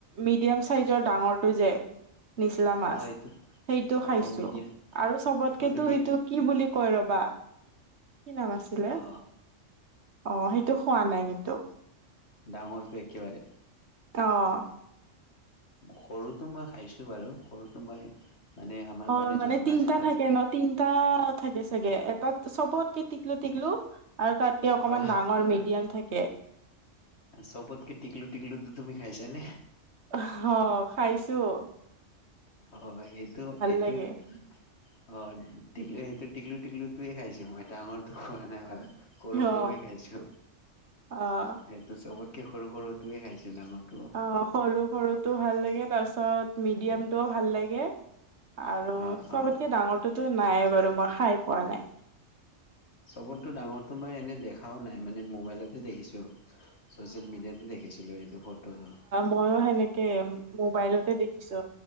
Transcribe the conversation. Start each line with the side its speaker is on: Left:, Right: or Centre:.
Right: মিডিয়াম চাইজৰ ডাঙৰটো যে। নিচলা মাছ,
Left: অ এইটো
Right: সেইটো খাইছোঁ।
Left: অ মিডিয়া
Right: আৰু চবতকেতো,
Left: মই তুমি
Right: সেইটো কি বুলি কয় ৰ'বা। কি নাম আছিলে?
Left: অ
Right: অ'! সেই সেইটো খোৱা নাই কিন্তু।
Left: ডাঙৰটো একেবাৰে।
Right: অ'!
Left: সৰুটো মই খাইছোঁ বাৰু সৰুটো মই মানে, আমাৰ
Right: অ
Left: মানে, ঝৰ্ণা
Right: তিনটা
Left: আছে তাত।
Right: থাকে ন তিনটা থাকে, চাগে। এটাত, চবতকে টিকলো- টিকলো! আৰু তাতকে, অকমান
Left: অ
Right: ডাঙৰ, মিডিয়াম থাকে।
Left: চবতকে, টিকলো-টিকলো তুমি খাইছানে?
Right: অ'! খাইছোঁ।
Left: অ' সেইটো সেইটোৱে
Right: লাগে
Left: অ' টিকুলোঁ সেইটো টিকলোঁ টোৱে খাইছো মই এ ডাঙৰটো খোৱা নাই বাৰু। সৰু সৰুৱে
Right: অ
Left: খাইছো।
Right: অ'।
Left: সেইটো চবতকে সৰু সৰুটোৱে খাইছো। ডাঙৰত
Right: অ' সৰু সৰুটো ভাল লাগে তাৰপিছত মিডিয়ামটোও ভাল লাগে আৰু
Left: অ
Right: চবতকে
Left: অ
Right: ডাঙৰটোতো নাই বাৰু মই খাই পোৱা নাই।
Left: চবতকৈ ডাঙৰটো মই এনে দেখাও নাই মানে মোবাইলতে দেখিছো। চ'চিয়েল মিডিয়াতে দেখিছিলো এইটো ফটোটো।
Right: ময়ো সেনেকে মোবাইলতে দেখিছো